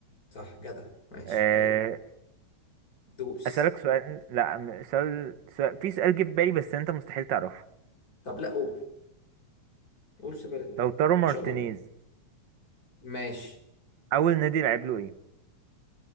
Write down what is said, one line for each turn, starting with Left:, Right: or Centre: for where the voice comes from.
Left: صح جدع ماشي
Right: آه،
Left: يلا دوس
Right: اسألك سؤال لا م- سؤال, سؤال في سؤال جه في بالي بس انت مستحيل تعرفه
Left: طب لا قول قول سبحان الله
Right: لو تارو
Left: ان
Right: مارتينيز
Left: شاء الله هعرف ماشي
Right: اول نادي لعب له ايه